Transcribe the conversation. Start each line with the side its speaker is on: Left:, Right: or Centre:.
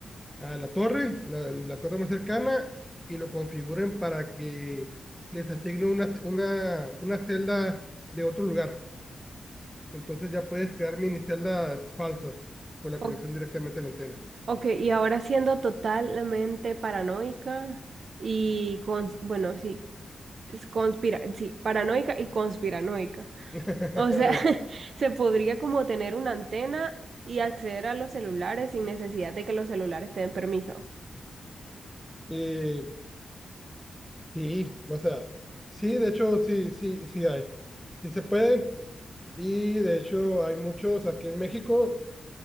Centre: a la torre, la, la torre más cercana, y lo configuren para que les asigne una, una, una celda de otro lugar. Entonces ya puedes crear mini celdas falsas con la
Right: O-
Centre: conexión directamente a la antena.
Right: ok, y ahora siendo totalmente paranoica y con, bueno, sí, es conspira, sí, paranoica y conspiranoica.
Centre: <laughs>
Right: O
Centre: A
Right: sea,
Centre: ver,
Right: <laughs> se podría como tener una antena y acceder a los celulares sin necesidad de que los celulares te den permiso.
Centre: eh, sí, o sea, sí, de hecho, sí, sí, sí hay. Sí se puede. Y de hecho hay muchos aquí en México